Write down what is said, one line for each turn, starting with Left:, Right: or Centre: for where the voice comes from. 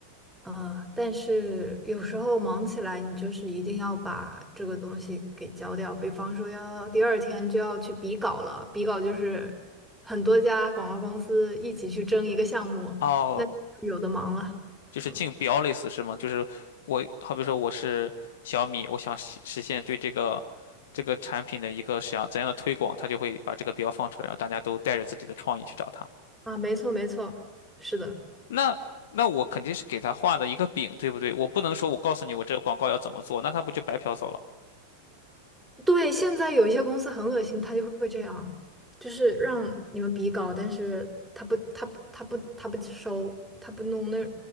Centre: 呃，但是有时候忙起来，你就是一定要把这个东西给交掉。比方说，要第二天就要去比稿了，比稿就是很多家广告公司一起去争一个项目，
Left: 哦，
Centre: 那有的忙了。
Left: 就是竞标类似是吗？
Centre: 嗯，
Left: 就是我，好比说我是小米，我想实实现对这个这个产品的一个想怎样的推广，他就会把这个标放出来，然后大家都带着自己的创意去找他。
Centre: 啊，没错没错，是的，
Left: 那那我肯定是给他画的一个饼，对不对？我不能说我告诉你我这个广告要怎么做，那他不就白嫖走了？
Centre: 对，现在有一些公司很恶心，他就会这样，就是让你们比稿，但是他不他不他不他不收，他不弄那，